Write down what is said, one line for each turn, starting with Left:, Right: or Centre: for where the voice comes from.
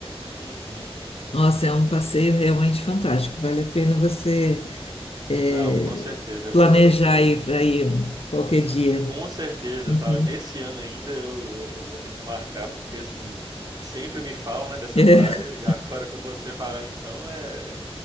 Right: Uhum.
Left: Nossa, é um passeio realmente fantástico. Vale a pena você é,
Right: Não, com certeza.
Left: planejar
Right: Eu vou, eu, eu-
Left: aí para ir qualquer dia.
Right: com certeza,
Left: Uhum.
Right: tá? Nesse ano ainda eu, eu, eu vou ter que marcar, porque assim, sempre me falam, né, dessa
Left: É.
Right: praia, e agora com você falando, então, é,